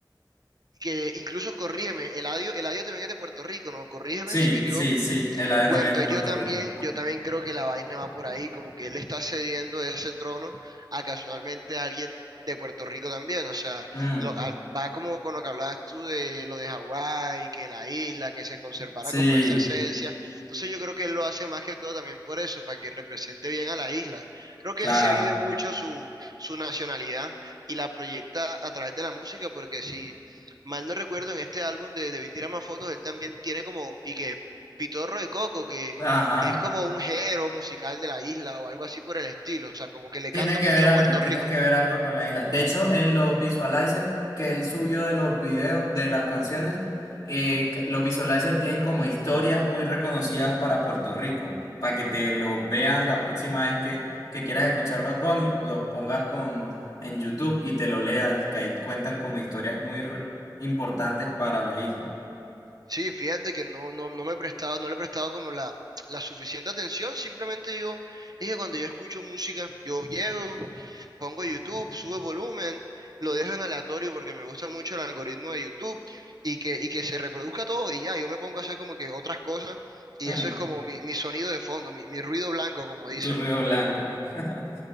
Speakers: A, on the right; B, on the left.
A: que incluso corrígeme, Eladio, Eladio también es de Puerto Rico, ¿no? Corrígeme
B: Sí,
A: si me equivoco.
B: sí, sí, Eladio
A: Bueno,
B: también
A: entonces
B: es de Puerto
A: yo también,
B: Rico.
A: yo también creo que la vaina va por ahí, como que él está cediendo ese trono a casualmente alguien de Puerto Rico también, o sea,
B: Mm,
A: lo- a- va como con lo que hablabas tú de lo de Hawái, que la isla, que se conservara
B: sí,
A: como esa esencia, entonces yo creo que él lo hace más que todo también por eso, para que represente bien a la isla. Creo que
B: claro.
A: él se vive mucho su, su nacionalidad y la proyecta a través de la música, porque si mal no recuerdo, en este álbum de Debí tirar más fotos, él también tiene como, y que Pitorro de Coco, que,
B: Ajá.
A: que es como un género musical de la isla o algo así por el estilo, o sea, como que le
B: Tiene
A: canta
B: que
A: mucho
B: ver algo,
A: a Puerto
B: tiene
A: Rico.
B: que ver algo con la isla. De hecho, en los visualizers que él subió de los videos, de las canciones, eh, c- los visualizers tienen como historias muy reconocidas para Puerto Rico, para que te los veas la próxima vez que, que quieras escuchar Bad Bunny, los pongas con, en YouTube y te lo leas, que ahí cuentan como historias muy re- importantes para la isla.
A: Sí, fíjate que no, no, no me he prestado, no le he prestado como la, la suficiente atención, simplemente yo, es que cuando yo escucho música, yo llego, pongo YouTube, subo el volumen, lo dejo en aleatorio porque me gusta mucho el algoritmo de YouTube y que, y que se reproduzca todo y ya, yo me pongo a hacer como que otras cosas y
B: Mm,
A: eso es como mi, mi sonido de fondo, mi, mi ruido blanco, como dicen.
B: tu ruido blanco. <laughs>